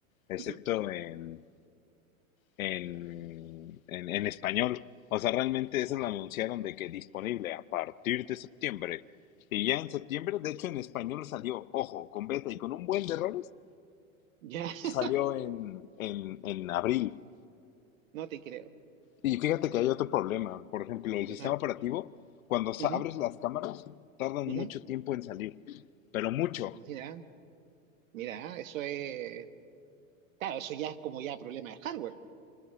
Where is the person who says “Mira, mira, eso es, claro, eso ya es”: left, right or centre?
Right